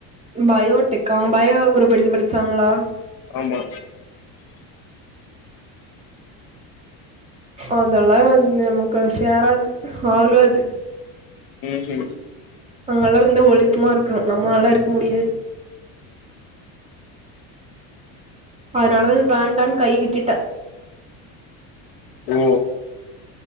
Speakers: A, on the right; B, on the left.
A: பயோடெக்கா அவ்ங்க பயோ குரூப் எடுத்து படிச்சாங்களா
B: ஆமா
A: அதெல்லா வந்து எனக்கு சேராது ஆகாது
B: உம் ஹிம்
A: அங்கலா இருந்தா ஒழுக்கமா இருக்கணு நம்மளால்லா இருக்க முடியாது அதனாலதா வேண்டான் கை விட்டுட்டே
B: ஓ